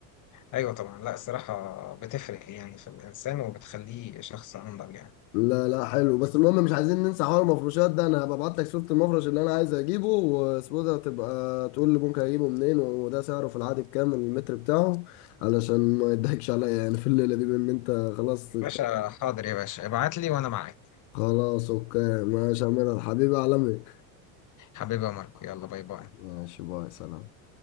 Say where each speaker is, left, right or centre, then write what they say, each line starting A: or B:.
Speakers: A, on the left (about 45°); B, on the left (about 75°).
A: ايوه طبعا لا الصراحه بتفرق يعني في الانسان وبتخليه شخص انضج يعني
B: لا لا حلو بس المهم مش عايزين ننسى حوار المفروشات ده انا هبعت لك صورة المفرش اللي انا عايز اجيبه واسمه ده تبقى تقول لي ممكن اجيبه منين وده سعره في العادي بكام المتر بتاعه علشان ما يضحكش عليا يعني في الليلة دي بان انت خلاص
A: يا باشا حاضر يا باشا ابعت لي وانا معاك
B: خلاص اوكي ماشي يا مدحت حبيبي عالمي
A: حبيبي يا ماركو يلا باي باي
B: ماشي باي سلام